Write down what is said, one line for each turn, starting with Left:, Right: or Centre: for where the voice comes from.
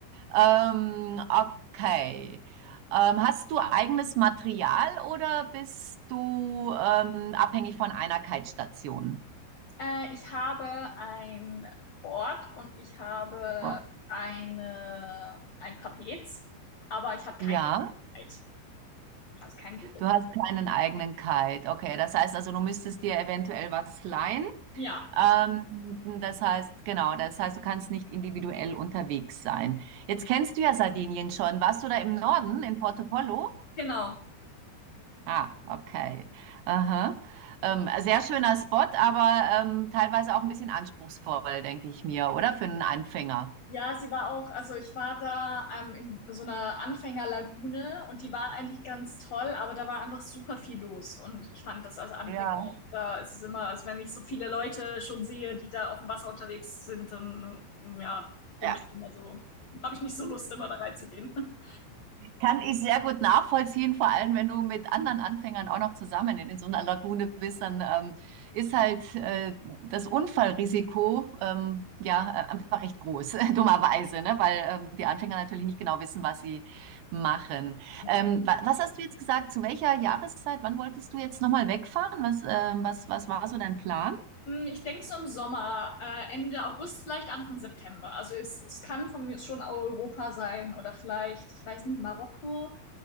Right: Ähm, okay. Ähm, hast du eigenes Material oder bist du ähm, abhängig von einer Kite-Station?
Left: Äh, ich habe ein Board und ich habe
Right: Ja.
Left: eine, ein Trapez, aber ich habe kein
Right: Ja,
Left: Brett, also kein Segel.
Right: du hast keinen eigenen Kite. Okay, das heißt also, du müsstest dir eventuell was leihen.
Left: Ja,
Right: Ähm, das heißt, genau, das heißt, du kannst nicht individuell unterwegs sein.
Left: genau.
Right: Jetzt kennst du ja Sardinien schon. Warst du da im Norden, in Porto Pollo?
Left: Genau.
Right: Ah, okay. Aha. Ähm, sehr schöner Spot, aber ähm, teilweise auch ein bisschen anspruchsvoll, denke ich mir, oder? Für einen Anfänger.
Left: Ja, sie war auch, also ich war da ähm, in so einer Anfängerlagune und die war eigentlich ganz toll, aber da war einfach super viel los. Und ich fand das als Anfänger,
Right: Ja.
Left: da ist es immer, also wenn ich so viele Leute schon sehe, die da auf dem Wasser unterwegs sind, dann ähm, ja, bin
Right: Ja.
Left: ich schon immer so, habe ich nicht so Lust, immer da reinzugehen. <laughs>
Right: Kann ich sehr gut nachvollziehen, vor allem wenn du mit anderen Anfängern auch noch zusammen in, in so einer Lagune bist, dann ähm, ist halt äh, das Unfallrisiko ähm, ja äh, einfach recht groß, <laughs> dummerweise, ne? weil ähm, die Anfänger natürlich nicht genau wissen, was sie machen.
Left: Ja.
Right: Ähm, wa was hast du jetzt gesagt? Zu welcher Jahreszeit? Wann wolltest du jetzt nochmal wegfahren? Was, ähm, was, was war so dein Plan?
Left: Hm, Ich denke so im Sommer, äh, Ende August, vielleicht Anfang September. Also es, es kann von mir schon Europa sein oder vielleicht, ich weiß nicht, Marokko.